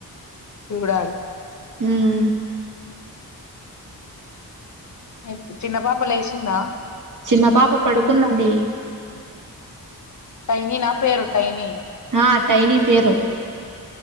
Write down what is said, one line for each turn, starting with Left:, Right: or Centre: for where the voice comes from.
Left: చూడాలి
Right: ఉమ్
Left: ఏ చిన్న పాపలేసిందా
Right: చిన్న పాప పడుకుందండి
Left: టైని నా పేరు టైని
Right: ఆ టైని పేరు